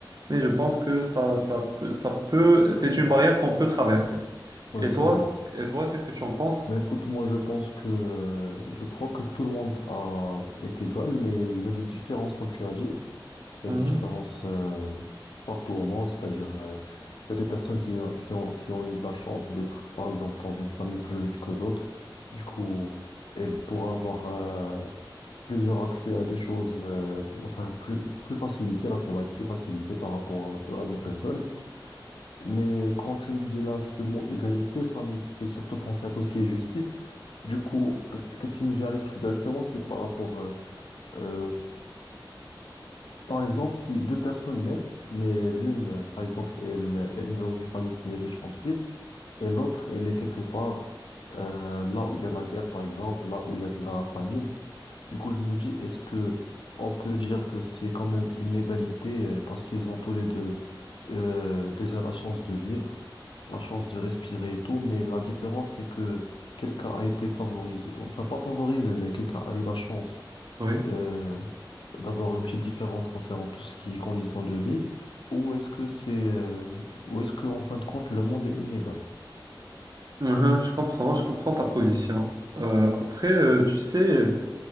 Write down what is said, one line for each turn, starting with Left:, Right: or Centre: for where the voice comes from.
Right: mais je pense que ça, ça peut, ça peut, c'est une barrière qu'on peut traverser.
Left: oui,
Right: Et
Left: c'est
Right: toi,
Left: vrai.
Right: et toi, qu'est-ce que tu en penses?
Left: Mais écoute, moi je pense que euh, je crois que tout le monde a, est égal, mais il y a des différences, comme tu as dit. Il
Right: Mhm,
Left: y a des différences euh, partout au monde, c'est-à-dire euh, il y a des personnes qui, ont- qui ont, qui ont eu de la chance d'être, par exemple, dans une famille plus riche que l'autre. Du coup, elle pourra avoir euh, plusieurs accès à des choses, euh, enfin, plus, plus facilité. L'accès va être plus facilité par rapport à à d'autres personnes. Mais quand tu me dis là ce mot égalité, ça me fait surtout penser à tout ce qui est justice. Du coup, c- qu'est-ce qui me vient à l'esprit directement, c'est par rapport, euh, euh, par exemple, si deux personnes naissent, mais l'une, euh, par exemple, elle, elle est dans une famille qui est riche en Suisse, et l'autre, elle est quelque part euh, là où il y a la guerre, par exemple, là où il y a de la famine. Du coup, je me dis, est-ce que on peut dire que c'est quand même une égalité euh, parce qu'ils ont tous les deux euh, déjà la chance de vivre, la chance de respirer et tout, mais la différence, c'est que quelqu'un a été favorisé, enfin pas favorisé, mais quelqu'un a eu la chance
Right: oui,
Left: euh, d'avoir une petite différence concernant tout ce qui est conditions de vie, ou est-ce que c'est, euh, ou est-ce que en fin de compte, le monde est inégal?
Right: Mhm, je comprends, je comprends ta position. Euh, après, euh, tu sais, euh,